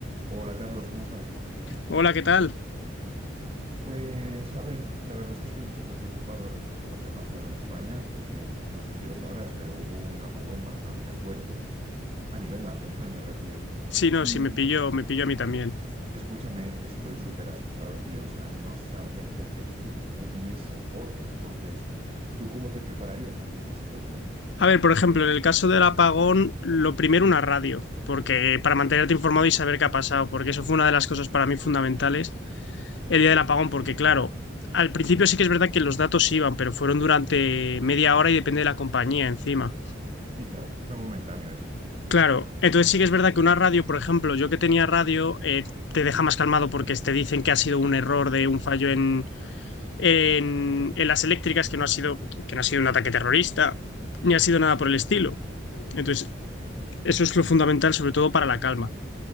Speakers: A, on the right; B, on the left.
A: Hola Carlos, ¿cómo estás?
B: Hola, ¿qué tal?
A: Pues a ver, la verdad es que estoy un poco preocupado respecto a lo que ha pasado en España, porque no sé si lo sabrás, pero hubo un apagón bastante fuerte, a nivel nacional <laughs> me refiero.
B: Sí, no,
A: Y
B: sí, me pilló, me pilló a mí también.
A: escúchame, estoy súper asustado, tío, o sea, no sabría qué hacer si hubiese otro. Entonces, ¿tú cómo te prepararías ante esta situación?
B: A ver, por ejemplo, en el caso del apagón, lo primero una radio, porque para mantenerte informado y saber qué ha pasado, porque eso fue una de las cosas para mí fundamentales el día del apagón, porque claro, al principio sí que es verdad que los datos iban, pero fueron durante media hora y depende de la compañía encima.
A: Sí, claro, fue momentáneo eso.
B: Claro, entonces sí que es verdad que una radio, por ejemplo, yo que tenía radio, eh, te deja más calmado porque te dicen que ha sido un error de un fallo en, en las eléctricas que no ha sido, que no ha sido un ataque terrorista, ni ha sido nada por el estilo. Entonces, eso es lo fundamental, sobre todo para la calma.